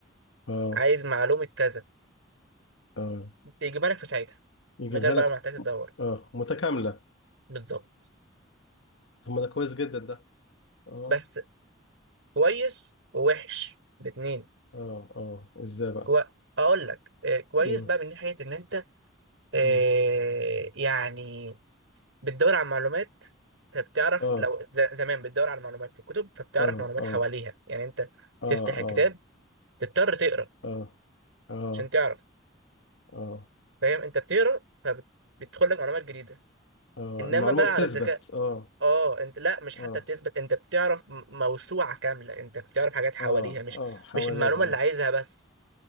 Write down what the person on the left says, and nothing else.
اه
اه
يجيبها
لك
اه متكاملة
طب ما ده كويس جدا ده اه
اه اه ازاي بقى
امم
امم
اه
اه
اه
اه
اه
اه اه
اه
اه
المعلومة
بتثبت
اه
اه
اه
اه حواليها
اه